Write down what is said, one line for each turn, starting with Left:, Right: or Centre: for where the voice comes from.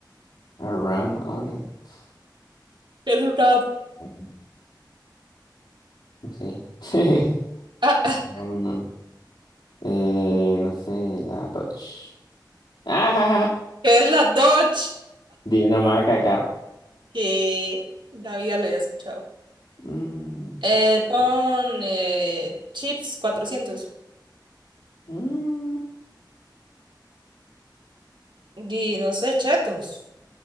Left: A ram on it.
Right: <laughs> es un rap.
Left: Mm, No sé. <laughs>
Right: Ah, ah,
Left: Ram on- eh, no sé, la Dodge. Ajá,
Right: que es la Dodge.
Left: Di <laughs> una marca de carro.
Right: que la vida lo había escuchado.
Left: Mm,
Right: Eh,
Left: pues,
Right: pon
Left: ya.
Right: eh, chips 400.
Left: Mm,
Right: Y no sé, chetos.